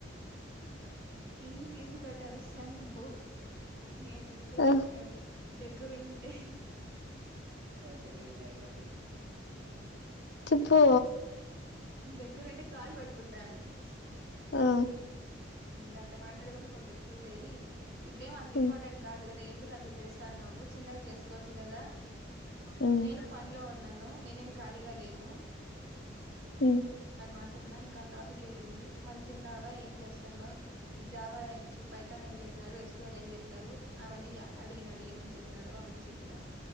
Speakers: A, on the right; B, on the left.
A: ఎందుకు ఎందుకుట్టారు సండవు ఏందెందో
B: ఆ
A: చెప్పినాడు దగ్గరంటే బదిలేయి డైలాగ్
B: చెప్పు
A: దగ్గరంటే కాలు పట్టుకుంటా అన్నాడు
B: ఆ
A: గట్ట మాట్లాడే కొంచం కొంచెం కూల్య ఇప్పుడే అంత
B: ఉమ్
A: ఇంపార్టెంట్ కాదు కదా ఎందుకు అంత చేస్తాను నువ్వు చిన్నగా చేసుకోవచ్చు కదా
B: ఉమ్
A: నేను పనిలో ఉన్నాను నేనేం ఖాళీగా లేను
B: ఉమ్
A: మాట్లాడినా ఇంకా టాపిక్ అయిపోంది మళ్ళీ తిన్నావా ఏం చేస్తా జావా పైతాన్ ఏం చెప్పినారు ఎస్కువల్ ఏం చెప్పినారు అవన్నీ అడిగినడు ఏమ చెప్పినాడు అన్ని చెప్పిన